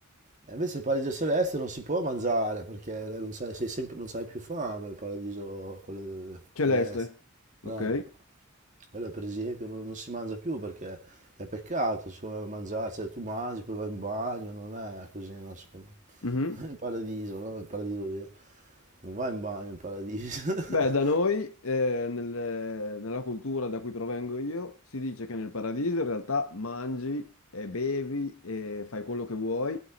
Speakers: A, on the right; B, on the left.
A: e invece il paradiso celeste non si può mangiare perché non c'hai, sei sempre, non c'hai più fame, il paradiso quello
B: Celeste,
A: celeste.
B: ok?
A: Eh, quello per esempio non, non si mangia più perché è peccato, secondo me, mangiare, cioè tu mangi, poi vai in bagno, non è così, no, secondo me.
B: mhm.
A: <laughs> Il paradiso, no? Il paradiso vero. Non vai in bagno in paradiso. <laughs>
B: Beh, da noi, eh, nel- nella cultura da cui provengo io, si dice che nel paradiso in realtà mangi e bevi e fai quello che vuoi